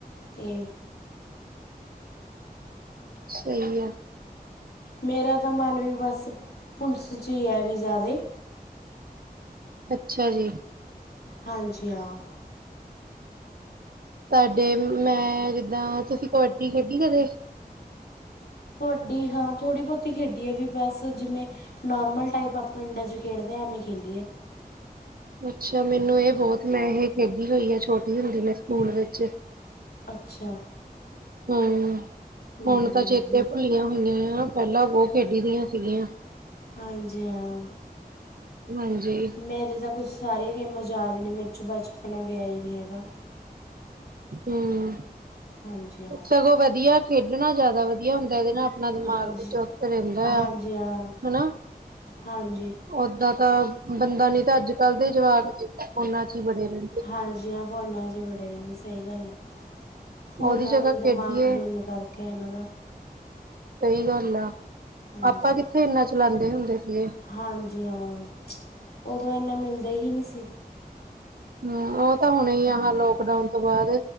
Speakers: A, on the left (about 80°); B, on the right (about 65°).
A: ਤੇ
B: ਸਹੀ ਹੈ।
A: ਮੇਰਾ ਤਾਂ ਮਨ ਵੀ ਬਸ ਪੁਲਿਸ ਚ ਹੀ ਹੈ ਵੀ ਜਾਦੇ।
B: ਅੱਛਾ ਜੀ।
A: ਹਾਂਜੀ ਹਾਂ।
B: ਸਾਡੇ ਮੈਂ ਜਿੱਦਾਂ ਤੁਸੀਂ ਕਬੱਡੀ ਖੇਡੀ ਕਦੇ?
A: ਕਬੱਡੀ ਹਾਂ ਥੋੜ੍ਹੀ ਬਹੁਤੀ ਖੇਡੀ ਹੈ ਵੀ ਬਸ ਜਿਵੇਂ ਨੋਰਮਲ ਟਾਈਪ ਆਪਾਂ ਪਿੰਡਾਂ ਚ ਖੇਡਦੇ ਆ ਐਵੇਂ ਖੇਲੀਏ।
B: ਅੱਛਾ ਮੈਨੂੰ ਇਹ ਬਹੁਤ ਮੈਂ ਇਹ ਖੇਡੀ ਹੋਈ ਆ ਛੋਟੀ ਹੁੰਦੀ ਮੈਂ ਸਕੂਲ ਵਿੱਚ।
A: ਅੱਛਾ
B: ਹੂੰ
A: ਹੂੰ,
B: ਹੁਣ ਤਾਂ ਚੇਤੇ ਭੁੱਲੀਆਂ ਹੋਈਆ ਆ। ਪਹਿਲਾ ਬੋਹ ਖੇਡੀ ਦੀਆ ਸੀਗੀਆ।
A: ਹਾਂਜੀ ਹਾਂ।
B: ਹਾਂਜੀ
A: ਮੇਰੇ ਤੇ ਸਭ ਕੁਛ ਸਾਰੀਆਂ ਗੇਮਾਂ ਯਾਦ ਨੇ ਮੇਰੇ ਚੋਂ ਬਚਪਨ ਗਿਆ ਹੀ ਨੀ ਹੈਗਾ।
B: ਹਮ
A: ਹਾਂਜੀ ਹਾਂ
B: ਸਗੋਂ ਵਧੀਆ ਖੇਡਣਾ ਜਾਦਾ ਵਧੀਆ ਹੁੰਦਾ ਇਹਦੇ ਨਾਲ ਆਪਣਾ ਦਿਮਾਗ
A: ਹਾਂਜੀ
B: ਵੀ ਚੁਸਤ ਰਹਿੰਦਾ
A: ਹਾਂਜੀ
B: ਆ
A: ਹਾਂ
B: ਹਨਾ।
A: ਹਾਂਜੀ
B: ਓਦਾਂ ਤਾਂ ਬੰਦਾ ਨੀ ਤਾਂ ਅੱਜ ਕੱਲ ਦੇ ਜਵਾਕ ਫੋਨਾ ਚ ਹੀ ਬੜੇ ਰਹ
A: ਹਾਂਜੀ ਹਾਂ ਫੋਨਾ ਚ ਹੀ ਵੱਡੇ ਰਨੇ ਸਹੀ ਗੱਲ ਹੈ। ਭੋਨਾ
B: ਉਹਦੀ ਜਗ੍ਹਾ
A: ਨ
B: ਖੇਡੀਏ
A: ਦਿਮਾਗ ਡੁੰਨ ਕਰਕੇ ਇਹਨਾਂ ਦਾ।
B: ਸਹੀ ਗੱਲ ਆ
A: ਹਾਂਜੀ
B: ਆਪਾਂ ਕਿੱਥੇ ਇੰਨਾ ਚਲਾਦੇ ਹੁੰਦੇ ਸੀਗੇ।
A: ਹਾਂਜੀ ਹਾਂ ਉਦੋਂ ਇੰਨਾ ਮਿਲਦਾ ਹੀ ਨਹੀਂ ਸੀ।
B: ਹ ਉਹ ਤਾਂ ਹੁਣੇ ਹੀ ਆ ਲੋਕਡਾਊਨ ਤੋਂ ਬਾਦ।